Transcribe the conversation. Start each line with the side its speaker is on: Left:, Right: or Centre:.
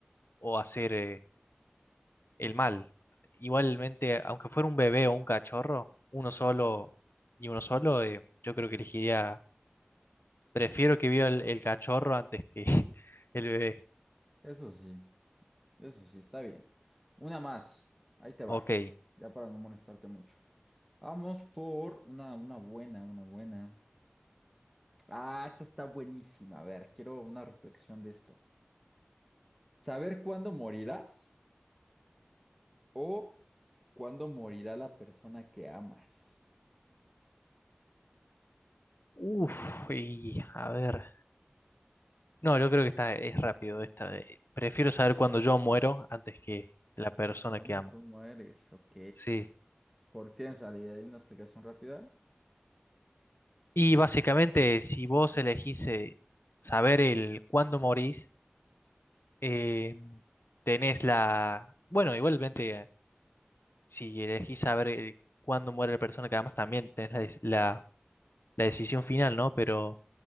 Left: o hacer... eh, el mal. Igualmente, aunque fuera un bebé o un cachorro, uno solo y uno solo, eh, yo creo que elegiría, prefiero que viva el, el cachorro antes que <laughs> el bebé.
Centre: Eso sí, eso sí, está bien. Una más, ahí te va,
Left: Ok.
Centre: ya para no molestarte mucho. Vamos por una, una buena, una buena. Ah, esta está buenísima. A ver, quiero una reflexión de esto. ¿Saber cuándo morirás? o ¿Cuándo morirá la persona que amas?
Left: Uf, y a ver. No, yo creo que está, es rápido esta. eh, Prefiero saber cuándo yo muero antes que la persona
Centre: ¿Cuándo
Left: que amo.
Centre: tú mueres? Ok.
Left: Sí.
Centre: ¿Por qué tienes idea? ¿Hay una explicación rápida?
Left: Y básicamente, si vos elegís eh, saber el cuándo morís, eh, tenés la... Bueno, igualmente si elegís saber eh, cuándo muere la persona, que además también tenés la, dec- la- la decisión final, ¿no? Pero